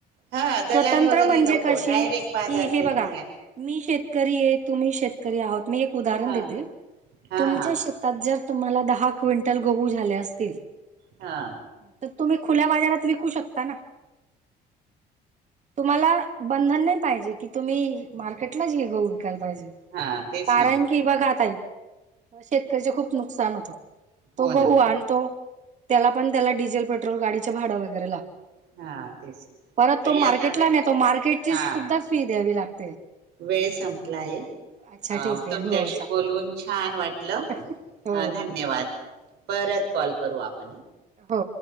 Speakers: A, on the right; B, on the right.
A: हा दलाल
B: स्वतंत्र
A: वगैरे
B: म्हणजे
A: नको
B: कशी
A: डायरेक्ट बाजारपेठ
B: कि हे बघा,
A: मिळाली
B: मी शेतकरी ये तुम्ही शेतकरी आहोत, मी एक उदाहरण
A: हा
B: देतील
A: हा
B: तुमच्या श जर तुमला दहा क्विंटल गहू झाले असतील
A: हा
B: त तुम्ही फुला बाजारात विकू शकता ना. तुम्हाला बंधन नाही पाहिजे कि तुम्ही मार्केटलाच हेगऊ पाहिजे
A: हा तेच
B: कारण
A: ना मग
B: कि बघा ताई शेतकऱच खूप नुकसान होतो.
A: हो
B: तो
A: ना
B: गहू आणि तो त्याला पण त्याला डिझेल पेट्रोल गाडीच भाडं वगैरे लागत.
A: हा तेच
B: परत
A: ताई
B: तो मार्केटला
A: आता
B: ने तो मार्केटची
A: हा
B: सुद्धा फी द्यावी लागते.
A: वेळ संपलाय ये
B: अच्छा ठीक आहे
A: तुमच्याशी
B: हो
A: बोलून छान वाटलं.
B: चालेल हो
A: अ धन्यवाद परत कॉल करू आप
B: हो